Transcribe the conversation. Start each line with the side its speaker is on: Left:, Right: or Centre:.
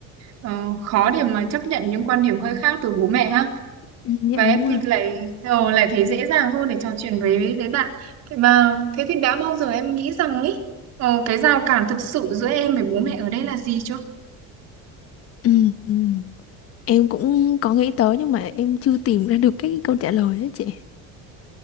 Right: ờ, khó để mà chấp nhận những quan điểm hơi khác từ bố mẹ ha.
Left: dạ
Right: Và em
Left: đúng rồi.
Right: thì lại ờ, lại thấy dễ dàng hơn để trò chuyện với với bạn. Thế mà thế thì đã bao giờ em nghĩ rằng ấy ờ, cái rào cản thực sự giữa em với bố mẹ ở đây là gì chưa?
Left: Ừ, ừ. Em cũng có nghĩ tới nhưng mà em chưa tìm ra được cái câu trả lời á chị.